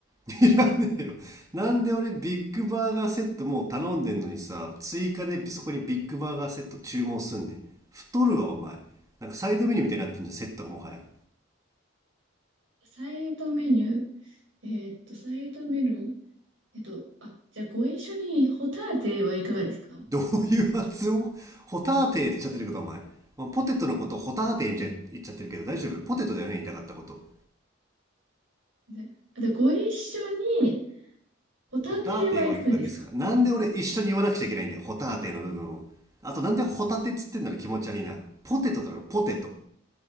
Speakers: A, on the right; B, on the right.
A: <laughs> いらねえよ。なんで俺ビッグバーガーセットもう頼んでんのにさ、追加でそこにビッグバーガーセット注文すんねん。太るわ、お前。なんかサイドメニューみたいになってんじゃん、セットがもはや。
B: サイドメニュー。えーっと、サイドメニュー、えっと、あ、じゃあご一緒にホタテはいかがですか
A: どういう発音ホターテーって言っちゃってるけど、お前。ポテトのことをホターテーみたいに言っちゃってるけど、大丈夫ポテトだよね、言いたかったこと。
B: じゃあ、あとご一緒にホタテはいかがですか
A: ホタテはいかがですかなんで俺一緒に言わなくちゃいけないんだよ。ホタテの部分を。あとなんでホタテっつってんだろ気持ち悪いな。ポテトだろポテト。